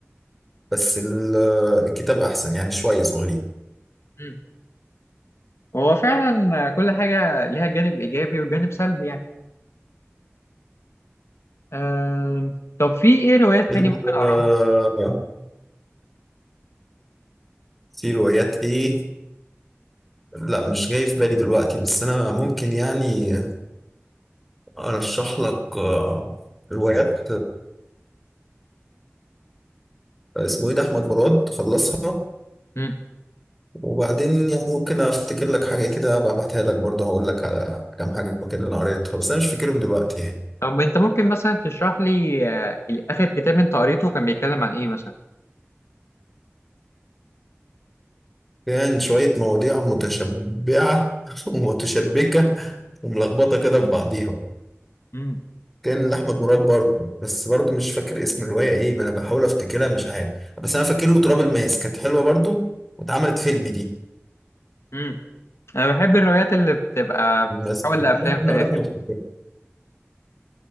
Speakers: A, in the centre; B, on the left (about 70°).
A: بس ال- الكتاب احسن يعني شوية صغيرين
B: مم. هو فعلا كل حاجه ليها جانب ايجابي وجانب سلبي يعني آه طب في ايه روايات
A: انت
B: تاني ممكن اقراها
A: آه، في روايات ايه لا مش جاي في بالي دلوقتي بس انا ممكن يعني ارشح لك آه، روايات اسمه ايه ده احمد مراد خلصها
B: مم.
A: وبعدين يعني ممكن افتكر لك حاجه كده ابقى ابعتها لك برضه هقول لك على كام حاجه كده انا قريتها بس انا مش فاكرهم دلوقتي يعني
B: طب انت ممكن مثلا تشرح لي آه اخر كتاب انت قريته كان بيتكلم عن ايه مثلا
A: كان شويه مواضيع متشبعه <laughs> ومتشبكه وملخبطه كده في بعضيها
B: مم.
A: كان لاحمد مراد برضه بس برضه مش فاكر اسم الروايه ايه ما انا بحاول افتكرها مش عارف بس انا فاكر له تراب الماس كانت حلوه برضه واتعملت فيلم دي
B: مم. انا بحب الروايات اللي بتبقى بتتحول
A: بس
B: لافلام في
A: انا
B: الاخر
A: قريتها مش فاكر